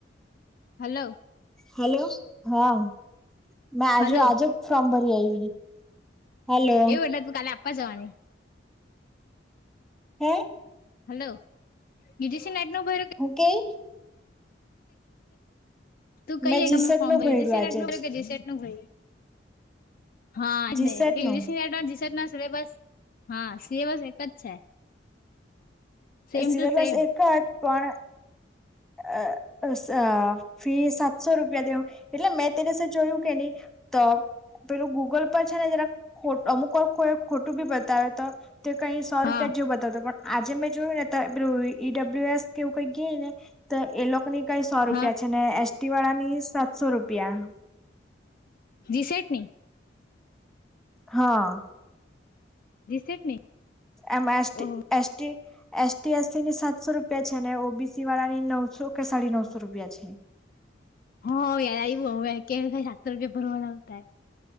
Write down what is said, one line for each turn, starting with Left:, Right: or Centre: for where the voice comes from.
Left: હલો
Centre: હેલો હા મેં આજુ
Left: હલો
Centre: આજે જ ફોર્મ ભરી આયવી હલો.
Left: એવું એટલે તુ કાલે આપવા જવાની
Centre: હે.
Left: હાલો ઈજીસી નેટનુ ભર્યું કે
Centre: હું કેય
Left: તું કઈ
Centre: મેં
Left: એકઝામનું
Centre: જીસેટ
Left: ફોર્મ
Centre: નું
Left: ભર્યું જીસેટ
Centre: આજે
Left: નેટનું ભર્યું
Centre: જ
Left: કે જીસેટનું ભર્યું હા <unintelligible>
Centre: જીસેટ
Left: જી
Centre: નું
Left: સેટના સિલેબસ હા સિલેબસ એક જ છે. સેમ
Centre: સિલેબસ
Left: ટુ સેમ
Centre: એક જ પણ અ સ ફી સાત સો રૂપિયા દેહુ એટલે મેં તે દિવસે જોયું કે ની તો પેલું ગૂગલ પર છે, ને જરાક ખોટ અમુક વાર કોઈ ખોટું બી બતાવે તો તે કઈ સો
Left: હા
Centre: રૂપિયા જેવું બતાવે તો પણ આજે મેં જોય ને તો પેલુ ઈડબલ્યુ એસ કેવું કઈ કેય ને તો એ લોક કોની કઈ સો રૂપિયા
Left: હા
Centre: છે, ને એસટી વાળાની સાતસો રૂપિયા
Left: જી સેટ ની
Centre: હા.
Left: જીસેટ ની
Centre: એમાં એસ ટી
Left: ઓહો
Centre: S T S T S સીની સાતસો રૂપિયા છે, ને ઓબીસી વાળાની નવસો કે સાડી નવસો રૂપિયા છે.
Left: હ યાદ આયવુ અવે કે સાતસો રૂપિયા ભરવાના ઉતા એમ